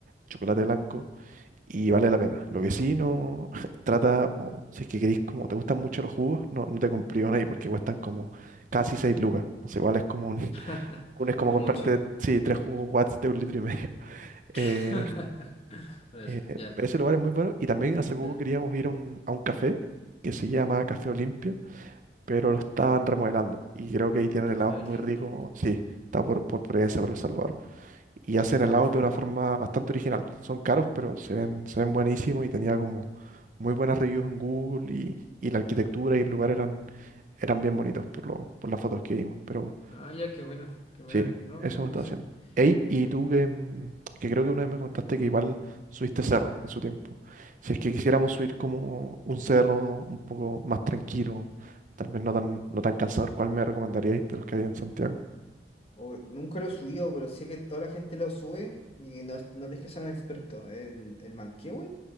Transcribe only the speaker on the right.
chocolate blanco, y vale la pena. Lo que sí no <laughs> trata, o si es que queréis, como te gustan mucho los jugos, no, no te complican ahí, porque cuestan como casi 6 lucas. Entonces igual es como un,
<laughs> un- es como
comprarte,
sí, tres jugos Watts de un litro y medio. <laughs>
Eh,
eh,
ese lugar es muy bueno, y también hace poco
queríamos ir a un, a un café que se llama Café Olimpia pero lo estaban remodelando. Y creo que ahí tienen
helados muy
ricos. Sí, está por, por Providencia, por El Salvador. Y hacen
helados
de una forma bastante original. Son caros, pero se ven, se ven buenísimos y tenía como muy buenas reviews en Google y, y la arquitectura y el lugar eran, eran bien bonitos por, lo, por las fotos que vimos. Pero
Sí,
eso
me
estaba haciendo. Ey, y
tú que, mm, que creo que una vez me contaste que igual subiste cerro en su tiempo. Si es que quisiéramos subir como un cerro un poco más tranquilo, tal vez no tan, no tan cansador, ¿cuál me recomendaríais de los que hay en Santiago?